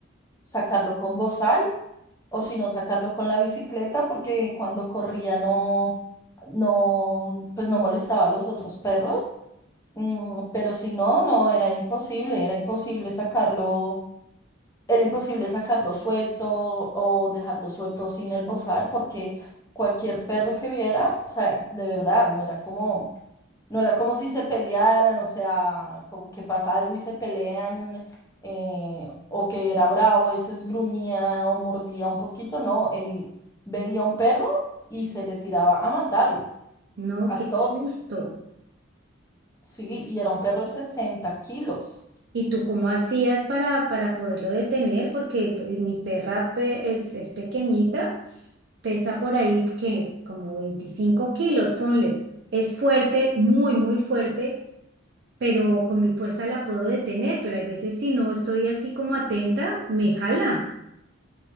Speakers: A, on the left; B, on the right.
A: sacarlo con bozal o si no sacarlo con la bicicleta porque cuando corría no, no, pues no molestaba a los otros perros. Mm, pero si no, no, era imposible, era imposible sacarlo, era imposible sacarlo suelto o dejarlo suelto sin el bozal porque cualquier perro que viera, o sea, de verdad, no era como no era como si se pelearan, o sea, como que pasa algo y se pelean, eh, o que era bravo, entonces gruñía o mordía un poquito, no, él veía un perro y se le tiraba a matarlo,
B: No,
A: a
B: qué
A: todos,
B: susto.
A: sí, y era un perro de 60 kilos.
B: ¿Y tú cómo hacías para, para poderlo detener? Porque pues, mi perra pe- es, es pequeñita, pesa por ahí que como 25 kilos, ponle. Es fuerte, muy, muy fuerte. pero con mi fuerza la puedo detener, pero hay veces si no estoy así como atenta, me jala